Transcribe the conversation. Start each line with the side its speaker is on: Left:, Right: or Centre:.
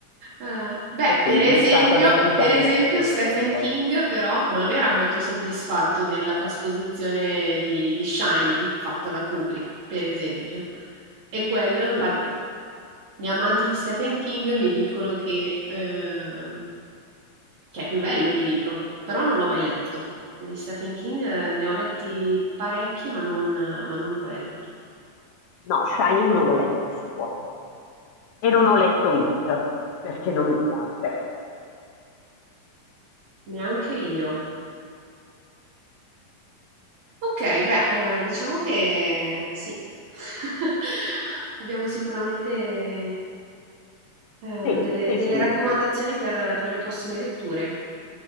Right: Uhm, beh,
Left: E quindi
Right: per esempio
Left: è stata decisamente
Right: per esempio
Left: piacevole.
Right: Stephen King però non era molto soddisfatto della trasposizione di di Shining fatta da Kubrick, per esempio. E quello infatti
Left: Sì,
Right: gli amanti di Stephen King mi dicono che uhm, che è più bello il libro, però non l'ho mai letto. Di Stephen King eh, ne ho letti parecchi, ma non ma non quello.
Left: no, Shining non l'ho letto suo e non ho letto It perché non mi piace.
Right: Neanche io. Okay, beh, ehm, diciamo che sì. <laughs> Abbiamo sicuramente ehm,
Left: Sì,
Right: delle
Left: sì,
Right: delle
Left: sì,
Right: raccomandazioni per per le prossime letture.